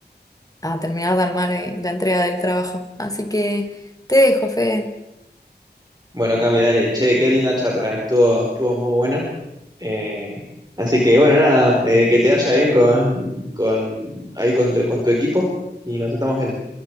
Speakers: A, on the left; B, on the right.
A: a terminar de armar eh, la entrega del trabajo. Así que te dejo, Fede.
B: Bueno, Cami, dale, che, qué linda charla, eh, estuvo, estuvo muy buena. eh, así que bueno, nada, eh, que te vaya bien con, con ahí con tu, con tu equipo y nos estamos viendo.